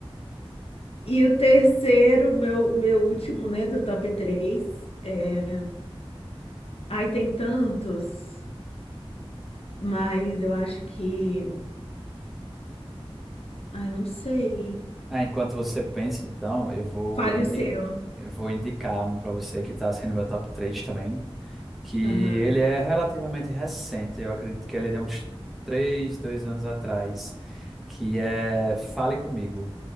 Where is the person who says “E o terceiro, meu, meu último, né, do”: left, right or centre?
Left